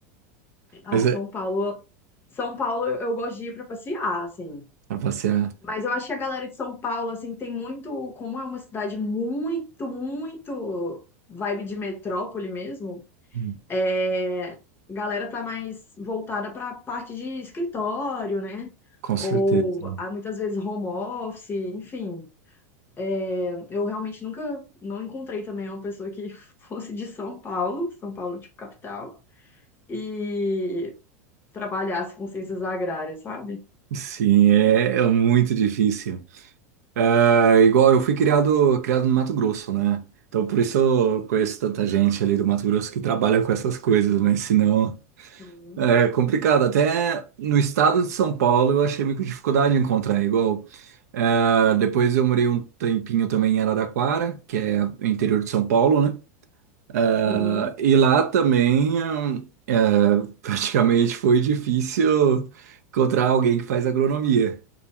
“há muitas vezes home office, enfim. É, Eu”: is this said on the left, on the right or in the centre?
Left